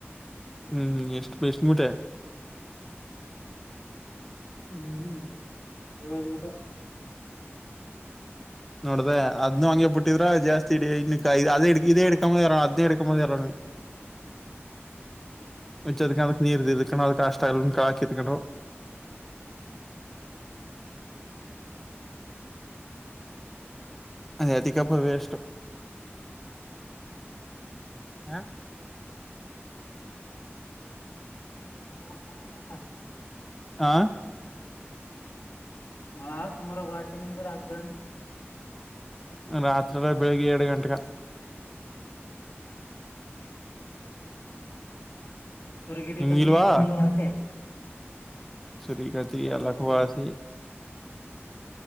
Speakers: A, in the centre; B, on the left (about 60°).
A: ಹ್ಮ್ ಎಷ್ಟು ಬಷಮುಟೆ
B: ಹ್ಮ್ ಹ್ಮ ಇವಾರ ಮಟ
A: ನೋಡ್ದೆ ಅದ್ ಹಂಗೆ ಬಿಟ್ಟಿದ್ರ ಜಾಸ್ತಿ ಸ ಇನ್ನು ಅ ಇದೇ ಎಡ್ಕ ಮದ ಇರು ಅೇ ಎಡ್ಕ ಮಾದ ಇರಾನು
B: <inaudible>
A: ವಚ್ಚದಕ್ಕ ಅದಕ್ಕೆ ನೀರು ಇದಕಣ ಅದಕ್ಕೆ ಆಷ್ಟ ಎಲ್ಲ ಕಾಕಿಕ
B: <inaudible>
A: ಅದ ಅದಿಕಪ್ಪ ವೇಷ್ಟು ಹ
B: ಹ
A: ಆಾ
B: ಮಳೆ ಸುಮಾರ ಗ ಆಾಚೆ ನಿಮ್ಗೆ ರಾತ್ರಂದ
A: ರಾತ್ರಿಲ್ಲ ಬೆಳಿಗ್ಗೆ ಎಏಡು ಗಂಟೆೆಗೆ
B: ಸುರಗಿರಿ
A: ನಿಮ್ಗಿಲ್ವಾ
B: ಕಂತಿ ಮಲಾವವಚ
A: ಸುರಿಕತಿ
B: ಕಮ್ರೆ
A: ಲಖುವಾಸ